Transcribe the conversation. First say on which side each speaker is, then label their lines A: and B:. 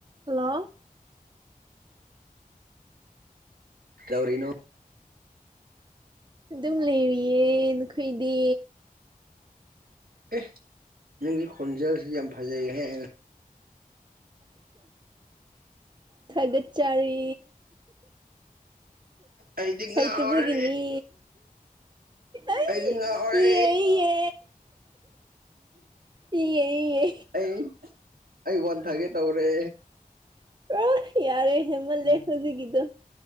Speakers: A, on the right; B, on the right.
A: Hello
B: ꯀꯩꯗꯧꯔꯤꯅꯣ
A: ꯑꯗꯨꯝ ꯂꯩꯔꯤꯌꯦ ꯅꯈꯣꯏꯗꯤ
B: ꯑꯦ ꯅꯪꯒꯤ ꯈꯣꯟꯖꯦꯜꯁꯤꯗꯤ ꯌꯥꯝ ꯐꯖꯩꯍꯦ
A: ꯊꯒꯠꯆꯔꯤ
B: ꯑꯩꯗꯤ ꯉꯥꯎꯔꯦ
A: ꯍꯩꯇꯕꯒꯤꯅꯤ ꯑꯩ
B: ꯑꯩꯗꯤ ꯉꯥꯎꯔꯦ
A: ꯏꯌꯦ ꯏꯌꯦ ꯏꯌꯦ ꯏꯌꯦ
B: ꯑꯩ ꯑꯩ ꯋꯥꯟꯊꯒꯦ ꯇꯧꯔꯦ
A: ꯑ ꯌꯥꯔꯦ ꯍꯦꯟꯃꯜꯂꯦ
B: ꯎꯝ
A: ꯍꯧꯖꯤꯛꯀꯤꯗꯣ